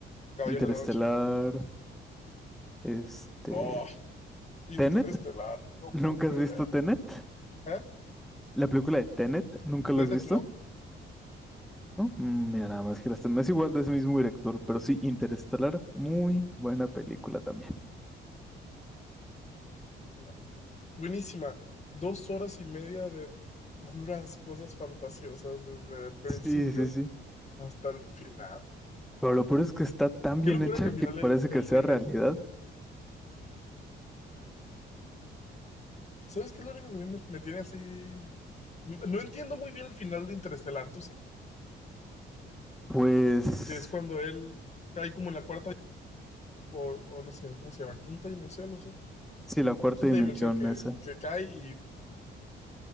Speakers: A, on the left; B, in the centre.
A: Caballero
B: Interestelar,
A: de la Noche.
B: este,
A: Oh, Interestelar,
B: Tenet. <laughs>
A: no
B: ¿Nunca
A: puedo creerlo.
B: has visto Tenet?
A: ¿Eh?
B: La película de Tenet, ¿nunca la
A: Tenet
B: has visto?
A: no.
B: ¿No? Mm, Mira, nada más que las temas igual de ese mismo director, pero sí, Interestelar, muy buena película también.
A: No. Buenísima. Dos horas y media de puras cosas fantasiosas desde el principio
B: Sí, sí, sí.
A: hasta el final.
B: Pero lo peor es que está tan bien
A: Qué locura
B: hecha
A: que al final
B: que
A: él,
B: parece
A: él
B: que sea
A: regresa.
B: realidad.
A: ¿Sabes qué es lo único que a mí me, me tiene así? No no entiendo muy bien el final de Interestelar, ¿tú sí?
B: Pues
A: Que es cuando él cae como en la cuarta o, o no sé, ¿cómo se llama? Quinta dimensión, no sé.
B: sí, la cuarta
A: Quinta
B: dimensión
A: dimensión que,
B: esa.
A: que cae y,